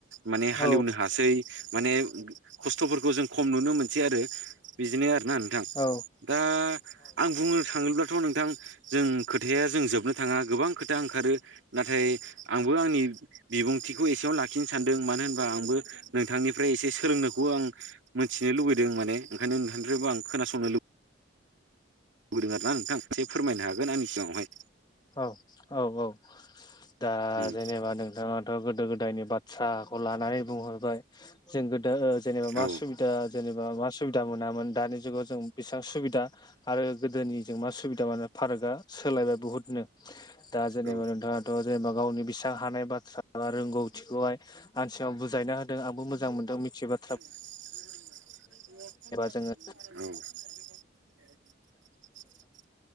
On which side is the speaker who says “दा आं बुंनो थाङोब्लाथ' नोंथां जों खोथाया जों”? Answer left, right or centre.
Right